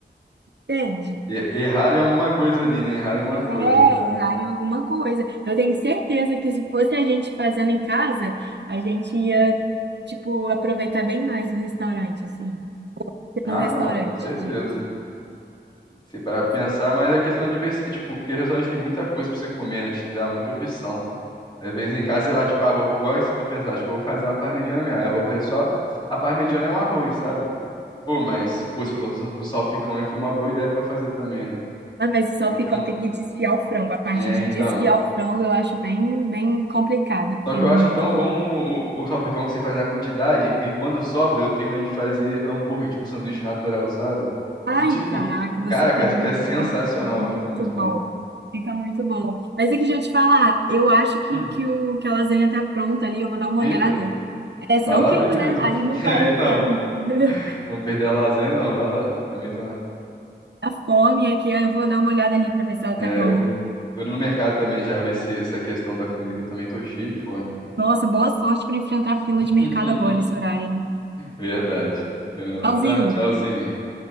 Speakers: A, on the right; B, on the left.
A: entende?
B: e- errar em alguma coisa ali, né? Errar em alguma
A: É,
B: coisa. Ainda mais.
A: errar em alguma coisa. Eu tenho certeza que se fosse a gente fazendo em casa, a gente ia, tipo, aproveitar bem mais no restaurante, assim.
B: Ah,
A: No restaurante,
B: não, com certeza.
A: digo.
B: Se parar
A: Com
B: pra pensar,
A: certeza.
B: mas é questão de ver, se- tipo, porque restaurante tem muita coisa pra você comer, né? Te dá muita opção. Às vezes em casa você vai, tipo, ah, vou, igual isso, eu tô pensando, acho que eu vou fazer uma parmegiana mesmo. Aí eu vou fazer só a parmegiana e um arroz, sabe? Pô, mas, pô, você falou do, do salpicão, hein? Foi uma boa ideia pra fazer também, né?
A: Ah, mas o salpicão
B: Isso aqui é um...
A: tem que desfiar o frango. A parte
B: É,
A: de
B: então.
A: desfiar o frango eu acho bem, bem complicada, porque
B: Só que
A: demora
B: eu acho tão
A: um tempo.
B: bom o, o, o salpicão que você faz na quantidade, e quando sobra, eu tenho medo de fazer hambúrguer, tipo, sanduíche natural, sabe?
A: Ai,
B: E, tipo,
A: caraca, você
B: cara,
A: pegou
B: que é que
A: um
B: é sensacional,
A: tópico muito
B: fica muito
A: bom.
B: bom.
A: Fica muito bom. Mas é que já te falar, eu acho que,
B: Hum,
A: que, o, que a lasanha tá pronta ali, eu vou dar uma
B: eita.
A: olhada. É, senão
B: Vai lá
A: queima,
B: ver mesmo.
A: né? Aí
B: <laughs>
A: não vale
B: É, então,
A: a pena. <laughs>
B: vamos perder a lasanha, não, vai lá. Também tô, na-
A: A fome aqui, eu vou dar uma olhada ali pra ver se ela
B: é,
A: tá pronta.
B: eu tô indo no mercado também já ver se essa questão da comida que eu também tô cheio de fome.
A: Nossa, boa sorte pra enfrentar a fila de
B: <laughs>
A: mercado agora, esse horário, hein?
B: Verdade. Tô indo lá,
A: Tchauzinho!
B: tá? Tchauzinho.